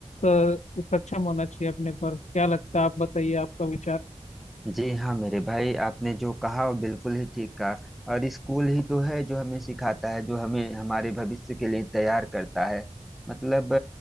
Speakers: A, on the left; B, in the centre.
A: स- सक्षम होना चाहिए अपने पर क्या लगता है आप बताइए आपका विचार
B: जी हाँ मेरे भाई आपने जो कहा वो बिल्कुल ही ठीक कहा और स्कूल ही तो है जो हमें सिखाता है जो हमें हमारे भविष्य के लिए तैयार करता है मतलब